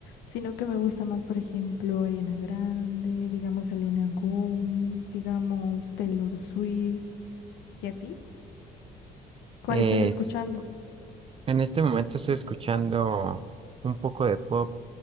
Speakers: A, on the left (about 80°); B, on the right (about 35°).
A: sino que me gusta más, por ejemplo, Ariana Grande, digamos, Selena Gómez, digamos, Taylor Swift. ¿Y a ti? ¿Cuál
B: Es,
A: estás escuchando?
B: en este momento estoy escuchando un poco de pop,